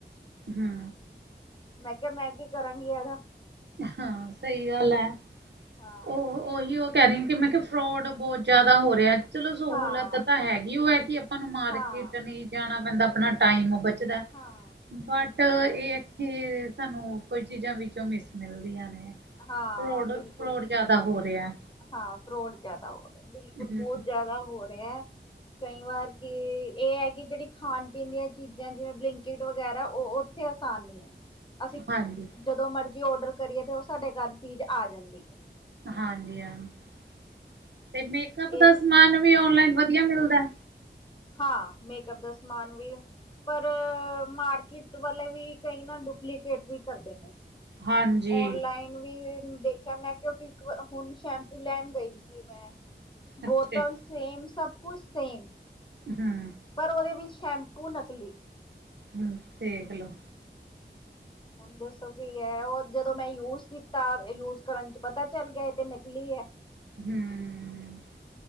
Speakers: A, on the right; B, on the left.
A: ਹੂੰ
B: ਮੈਂ ਕਿਹਾ। ਮੈਂ ਕੀ ਕਰਾਂਗੀ ਆਜਾ
A: ਹਾਂ। ਸਹੀ ਗੱਲ ਐ,
B: ਹਾਂ
A: ਉਹ ਉਹੀ ਉ ਕਹਿ ਰਹੀ ਆ, ਕਿ ਮੈਂ ਕਿਹਾ ਫਰੋਡ ਬਹੁਤ ਜ਼ਿਆਦਾ ਹੋ ਰਿਹਾ। ਚਲੋ ਸਹੂਲਤ
B: ਹਾਂ
A: ਤਾਂ ਹੈਗੀ, ਉਹ ਐ ਕਿ ਆਪਾਂ ਨੂੰ ਮਾਰਕੀਟ
B: ਹਾਂ
A: ਨਹੀਂ ਜਾਣਾ ਪੈਂਦਾ, ਆਪਣਾ ਟਾਈਮ ਬਚ ਦਾ
B: ਹਾਂ
A: ਬਟ,
B: ਹਮ
A: ਇਹ ਆ ਕਿ ਸਾਨੂੰ ਕੁਝ ਚੀਜ਼ਾਂ ਵਿੱਚੋਂ ਮਿਸ ਮਿਲਦੀਆਂ ਨੇ,
B: ਹਾਂ
A: ਫਰੋਡ,
B: ਬਿਲਕੁਲ
A: ਫਰੋੜ ਜਿਆਦਾ ਹੋ ਰਿਹਾ।
B: ਹਾਂ, ਫਰੋਡ ਜਿਆਦਾ ਹੋ ਰਿਹਾ, ਬਿਲਕੁਲ ਬਹੁਤ
A: ਹੂੰ
B: ਜ਼ਿਆਦਾ ਹੋ ਰਿਹਾ। ਕਈ ਵਾਰ ਕਿ ਇਹ ਹੈ। ਕਿ ਜਿਹੜੀ ਖਾਣ ਪੀਣ ਦੀਆਂ ਚੀਜ਼ਾਂ ਜਿਵੇਂ ਬਲਿੰਕਿਟ ਵਗੈਰਾ ਉਹ ਉੱਥੇ ਆਸਾਨ ਅਸੀਂ
A: ਹਾਂਜੀ।
B: ਜਦੋਂ ਮਰਜੀ ਓਡਰ ਕਰੀਏ, ਤੇ ਉਹ ਸਾਡੇ ਘਰ ਚੀਜ਼ ਆ ਜਾਂਦੀ ਐ।
A: ਹਾਂਜੀ, ਹਾਂਜੀ ਤੇ ਮੇਕਅਪ ਦਾ
B: ਇਹ
A: ਸਮਾਨ ਵੀ ਓਨਲਾਈਨ ਵਧੀਆ ਮਿਲਦਾ?
B: ਹਾਂ। ਮੇਕਅਪ ਦਾ ਸਮਾਨ ਵੀ ਪਰ ਮਾਰਕੀਟ ਵਾਲੇ ਵੀ, ਕਈ ਨਾ ਡੁਪਲੀਕੇਟ ਵੀ ਕਰਦੇ ਨੇ।
A: ਹਾਂਜੀ
B: ਔਨਲਾਈਨ ਵੀ ਦੇਖਿਆ। ਮੈਂ ਕਿਉਂਕਿ ਇੱਕ ਹੁਣ ਸ਼ੈਂਪੂ ਲੈਣ ਗਈ ਸੀ, ਮੈਂ ਬੋਤਲਸ
A: ਅੱਛਾ।
B: ਸੇਮ, ਸਭ ਕੁਛ ਸੇਮ
A: ਹਾਂ।
B: ਪਰ, ਉਹਦੇ ਵਿੱਚ ਸ਼ੈਂਪੂ ਨਕਲੀ
A: ਹਾ ਦੇਖ ਲੋ
B: ਹੁਣ ਦੱਸੋ ਕੀ ਐ, ਉਹ ਜਦੋਂ ਮੈਂ ਯੂਜ ਕੀਤਾ ਯੂਜ ਕਰਨ ਚ ਪਤਾ ਚੱਲ ਗਿਆ, ਇਹ ਤਾ ਨਿਕਲੀ ਐ।
A: ਹੂੰ